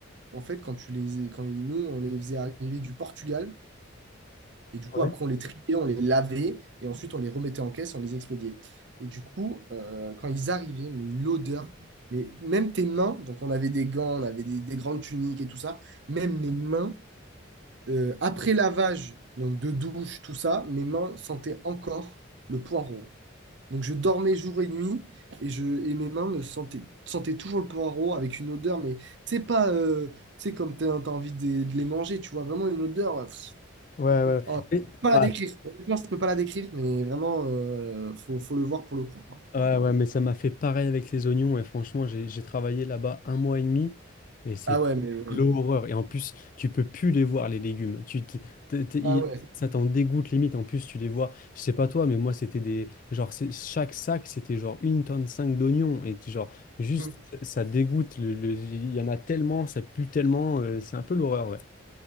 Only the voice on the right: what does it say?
en fait, quand tu les, quand ils- nous, on les faisait arriver du Portugal, et du coup,
après, on les triait, on les lavait, et ensuite, on les remettait en caisse, on les expédiait. Et du coup, euh, quand ils arrivaient, mais l'odeur, mais même tes mains, donc on avait des gants, on avait des, des grandes tuniques et tout ça, même mes mains, euh, après lavage, donc de douche, tout ça, mes mains sentaient encore le poireau. Donc je dormais jour et nuit et, je, et mes mains me sentaient, sentaient toujours le poireau avec une odeur, mais c'est pas euh, tu sais, comme t'as as envie de, de les manger, tu vois, vraiment une odeur. euh, pff,
oh, je
peux pas la
décrire. Honnêtement, je peux pas la décrire, mais vraiment, euh, faut, faut le voir pour le croire. hein.
Vraiment.
Ah ouais, mais ouais.
Ah ouais.
Hmm.